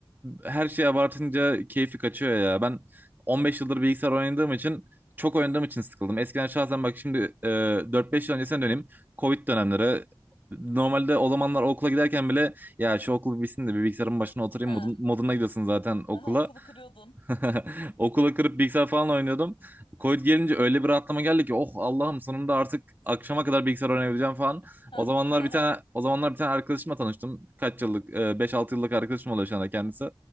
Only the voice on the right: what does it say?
her şeyi abartınca keyfi kaçıyor ya. Ben 15 yıldır bilgisayar oynadığım için çok oynadığım için sıkıldım. Eskiden şahsen bak şimdi e, 4-5 yıl öncesine döneyim. Covid dönemleri. Normalde o zamanlar okula giderken bile ya şu okul bitsin de bir bilgisayarın başına oturayım
modun- moduna gidiyorsun zaten okula.
<laughs> Okula kırıp bilgisayar falan oynuyordum. Covid gelince öyle bir rahatlama geldi ki oh Allah'ım sonunda artık akşama kadar bilgisayar oynayabileceğim falan.
O zamanlar
bir tane
o zamanlar bir tane arkadaşımla tanıştım. Kaç yıllık? e, 5-6 yıllık arkadaşım oluyor şu anda kendisi.